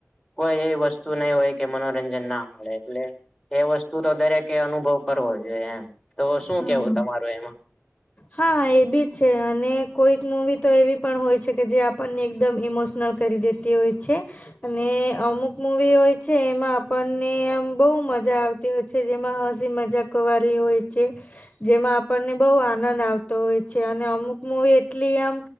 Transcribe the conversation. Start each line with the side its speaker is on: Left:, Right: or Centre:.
Centre: કોઈ એવી વસ્તુ નહી હોય કે મનોરંજન ના મળે એટલે એ વસ્તુ તો દરેકે અનુભવ કરવો જોઈએ એમ તો શું
Left: હા.
Centre: કેવું તમારું એમાં
Left: હા એ બી છે અને કોઈક મુવી તો એવી પણ હોય છે કે જે આપણને એકદમ ઇમોશનલ કરી દેતી હોય છે. અને અમુક મુવી હોય છે એમાં આપણને આમ બહુ મજા આવતી જેમાં હસી મજાક વાલી હોય છે જેમાં આપણને બવ આનંદ આવતો હોય છે અને અમુક મૂવી એટલી આમ